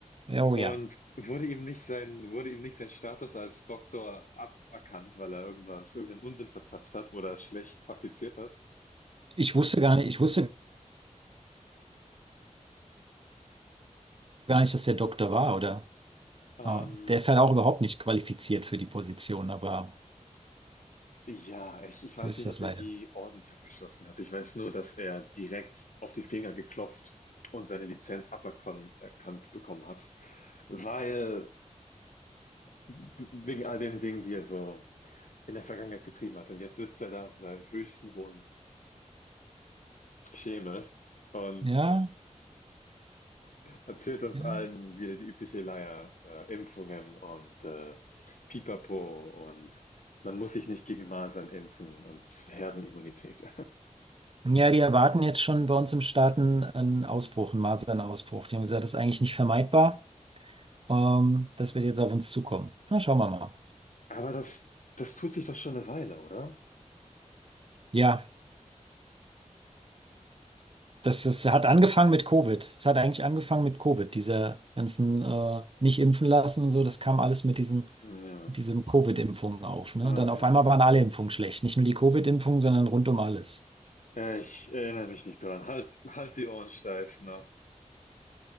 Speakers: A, on the right; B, on the left.
A: Ja, Oh
B: Und
A: ja.
B: wurde ihm nicht sein, wurde ihm nicht sein Status als Doktor aberkannt, weil er irgendwas, irgendeinen Unsinn verzapft hat oder schlecht praktiziert hat.
A: Ich wusste gar nicht, ich wusste gar nicht, dass der Doktor war, oder?
B: Ähm,
A: Ah, Der ist halt auch überhaupt nicht qualifiziert für die Position, aber
B: ja, ich, ich weiß
A: so ist
B: nicht,
A: das
B: ob
A: leider.
B: er je ordentlich abgeschlossen hat. Ich weiß nur, dass er direkt auf die Finger geklopft und seine Lizenz aberkannt bekommen hat, weil wegen all den Dingen, die er so in der Vergangenheit getrieben hat. Und jetzt sitzt er da auf seinem höchsten hohen Schemel und
A: Ja,
B: erzählt uns
A: ja.
B: allen wieder die übliche Leier, äh, Impfungen und äh, Pipapo und man muss sich nicht gegen Masern impfen und Herdenimmunität.
A: Ja, die erwarten jetzt schon bei uns im Staaten einen einen Ausbruch, einen Masernausbruch. Die haben gesagt, das ist eigentlich nicht vermeidbar. Ähm, das wird jetzt auf uns zukommen. Na, schauen wir mal.
B: Aber das, das tut sich doch schon eine Weile, oder?
A: Ja. Das ist, hat angefangen mit Covid. Es hat eigentlich angefangen mit Covid. Diese ganzen äh, nicht impfen lassen und so, das kam alles mit diesem,
B: Ja,
A: diesem Covid-Impfungen auf. Ne?
B: oh
A: Dann auf
B: ja.
A: einmal waren alle Impfungen schlecht. Nicht nur die Covid-Impfung, sondern rund um alles.
B: Äh, Ich erinnere mich nicht dran. Halt, halt die Ohren steif, ne?